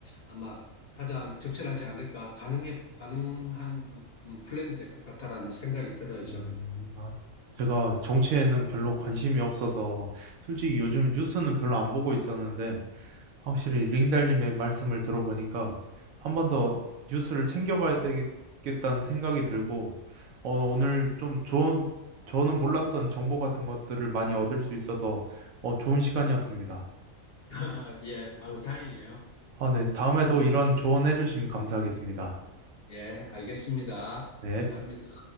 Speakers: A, on the left; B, on the right.
A: 아마 가장 적절하지 않을까 가능해 가능한 음, 플랜이 될 것 같다라는 생각이 들어요 저는
B: 음, 아, 제가 정치에는 별로 관심이 없어서 솔직히 요즘 뉴스는 별로 안 보고 있었는데 확실히 링달님의 말씀을 들어보니까 한 번 더 뉴스를 챙겨봐야 되겠다는 생각이 들고 어, 오늘 좀 좋은 저는 몰랐던 정보 같은 것들을 많이 얻을 수 있어서 어, 좋은 시간이었습니다.
A: <laughs> 예 아우 다행이에요.
B: 아, 네. 다음에도 이런 조언해 주시면 감사하겠습니다.
A: 예, 알겠습니다.
B: 네.
A: 감사합니다.